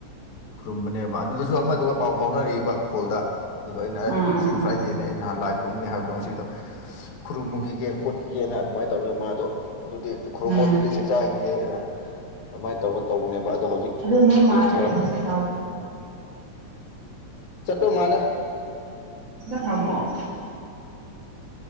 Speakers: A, on the left; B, on the right.
A: ꯈꯨꯔꯨꯝꯕꯅꯦꯕ ꯑꯗꯨꯗꯁꯨ ꯑꯃꯗꯨꯒ ꯄꯥꯎ ꯐꯥꯎꯅꯑꯕ ꯀꯣꯜꯗ ꯑꯗꯨꯗꯣ ꯑꯩꯅ ꯑꯦ
B: ꯎꯝ ꯎꯝ
A: ꯉꯒꯤ
B: ꯎꯝ
A: ꯐ꯭ꯔꯥꯏꯗꯦꯅꯦ ꯑꯩ ꯅꯍꯥꯟ ꯂꯥꯏ ꯈꯨꯔꯨꯝꯒꯅꯤ ꯍꯥꯏꯕꯗꯣ ꯉꯁꯤꯗꯣ ꯈꯨꯔꯨꯝꯃꯨ ꯄꯤꯒꯦ ꯈꯣꯠꯈꯤꯒꯦꯅ ꯑꯗꯨꯃꯥꯏꯅ ꯇꯧꯔꯒ ꯃꯥꯗꯣ ꯑꯗꯨꯗꯤ ꯈꯨꯔꯨꯝꯃꯣ
B: ꯎꯝ
A: ꯑꯗꯨꯗꯤ ꯆꯥꯛ ꯆꯈꯤꯌꯦꯦꯅ ꯑꯗꯨꯃꯥꯏꯅ ꯇꯧꯔꯒ ꯇꯧꯕꯅꯦꯕ ꯑꯗꯣ ꯍꯧꯖꯤꯛ
B: ꯑꯗꯨꯗ
A: ꯇꯦꯛꯁ
B: ꯃꯥꯗ ꯍꯣꯁꯄꯤꯇꯣ
A: ꯆꯠꯠꯇꯣ ꯃꯥꯂ
B: ꯗ ꯈꯕ